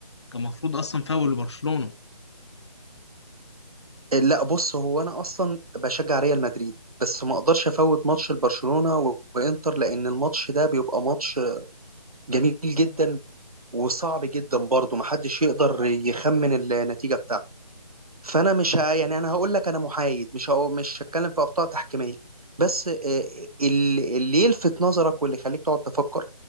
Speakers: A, on the left (about 45°); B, on the right (about 70°).
A: كان المفروض اصلا فاول لبرشلونة؟
B: إيه، لا بص هو انا اصلا بشجع ريال مدريد بس ما اقدرش افوت ماتش البرشلونة و- وانتر لان الماتش ده بيبقى ماتش جميل جدا وصعب جدا برضه محدش يقدر يخمن النتيجة بتاعته فانا مش ه... يعني انا هقول لك انا محايد مش هقو... مش هتكلم في اخطاء تحكيمية بس آه، ال- اللي يلفت نظرك واللي يخليك تقعد تفكر